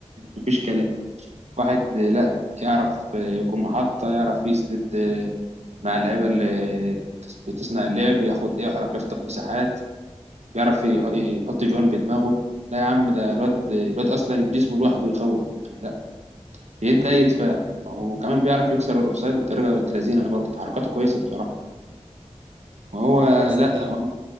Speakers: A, on the right; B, on the right.
A: مفيش كلام واحد آه، لا يعرف آه، يكون محطة يعرف يسند آه، مع اللعيبة اللي اللي بتص- بتصنع اللعب ياخد يعرف يخطف مساحات بيعرف يح- يحط جوان بدماغه لا يا عم ده الواد الواد اصلا جسمه لوحده يخوف يعني لا يدي اي دفاع وكمان بيعرف يكسر الاوفسايد بطريقه بنت لذينه برضه حركاته كويسه بصراحه وهو
B: ايوه بس
A: لا
B: انت
A: هو ما